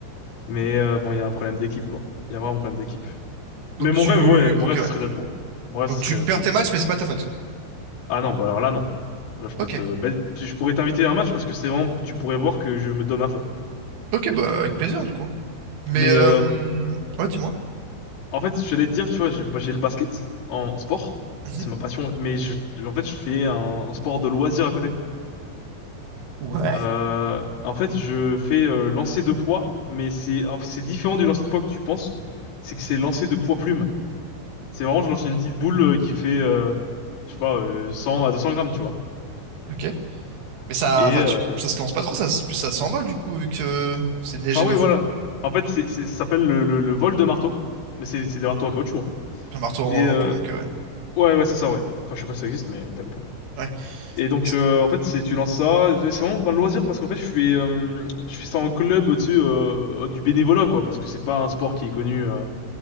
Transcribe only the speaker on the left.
Mais euh, bon, il y a un problème d'équipe, quoi. Il y a vraiment un problème d'équipe.
Mais mon
rêve, ouais,
mon rêve,
ce serait d'être pro. Mon rêve,
ce serait
d'être
pro.
de
ouf.
Ah non, bah alors là, non. Là, je
peux te- bah, tu- je pourrais t'inviter à un match parce que c'est vraiment, tu pourrais voir que je me donne à fond.
Mais
euh,
En fait, je j'allais te dire, tu vois, j'ai bah, j'ai le basket en, en sport.
C'est ma passion. Mais je, en fait, je fais un, un sport de loisir à côté.
Euh, en fait, je fais euh, lancer de poids, mais c'est en fait, c'est différent du lancer de poids que tu penses. C'est que c'est lancer de poids plume. C'est vraiment, je lance une petite boule euh, qui fait, euh, je sais pas, euh, 100 à 200 grammes, tu vois.
Et
euh,
enfin, oui,
voilà. En fait, c'est, c'est, ça s'appelle le, le, le vol de marteau. Mais c'est c'est des marteaux en caoutchouc. hein.
Et euh,
ouais, ouais, c'est ça, ouais. Enfin, je sais pas si ça existe, mais t'as compris.
Et donc,
euh, en fait, c'est tu lances ça. C'est vraiment un loisir parce qu'en fait, je fais, euh, je fais ça en club, tu sais, euh, du bénévolat, quoi, parce que c'est pas un sport qui est connu, euh,